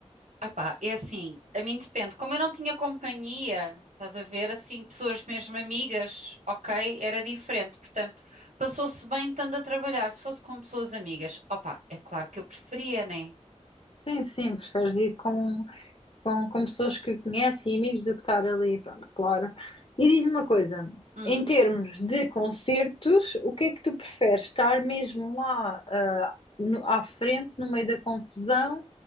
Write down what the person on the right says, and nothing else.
Epá, é assim, a mim depende. Como eu não tinha companhia, estás a ver, assim, pessoas mesmo amigas, ok, era diferente. Portanto, passou-se bem estando a trabalhar. Se fosse com pessoas amigas, opá, é claro que eu preferia, né?
Hum,